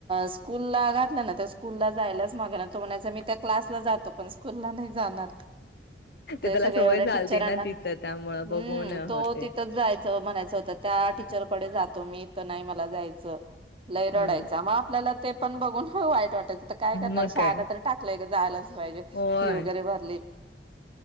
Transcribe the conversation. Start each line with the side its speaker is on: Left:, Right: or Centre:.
Right: स्कूलला घातलं ना त्या स्कूलला जायलाच माग तो म्हणायचा मी त्या क्लासला जातो पण स्कूलला नाही जाणार ते
Left: त्याला
Right: सगळ्या
Left: सवय
Right: एवढ्या
Left: झालती
Right: टीचरांना
Left: ना तिथं त्यामुळं
Right: हूं
Left: बघून
Right: तो
Left: होते
Right: तिथच जायच म्हणायचं होतं त्या टीचरकडे जातो मी तर नाही मला जायचं लय रडायचा
Left: हम्म
Right: मग आपल्याला ते पण बघून वाईट वाटायच त्यांणार
Left: मग
Right: शाळाला
Left: काय
Right: तर टाकलंय जायला पाहिजे
Left: होय
Right: फी वगैरे भरली